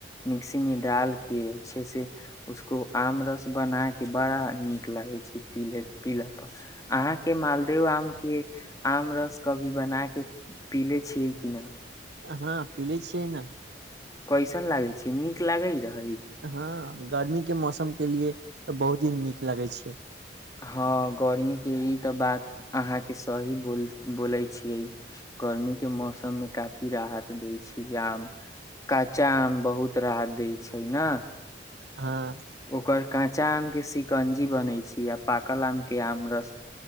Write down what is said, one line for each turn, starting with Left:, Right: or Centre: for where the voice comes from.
Left: मिक्सी मे डाल के छै से उसको आम रस बना कऽ बड़ा नीक लागै छै पीले पीलापर अहाँके मालदेव आमके आम रस कभी बना कऽ पी ले छियै कि नहि
Right: हँ पीलेज छै ने
Left: कैसन लागै छै नीक लागै रहै
Right: हँ गर्मी के मौसम के लिए तऽ बहुत ही नीक लगै छै
Left: हँ गर्मीके ई तऽ बात अहाँके सही बोल बोलै छियै गर्मीके मौसममे काफी राहत दै छै आम काँचा आम बहुत राहत दै छै ने
Right: हँ
Left: ओकर काँचा आम के सिकंजी बनै छी आ पाकल आम के आम रस